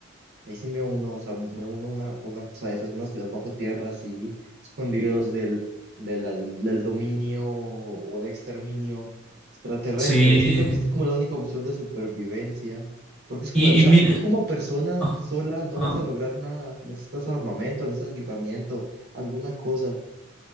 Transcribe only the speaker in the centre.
Sí.
Y,
y mire.
ah,
ajá,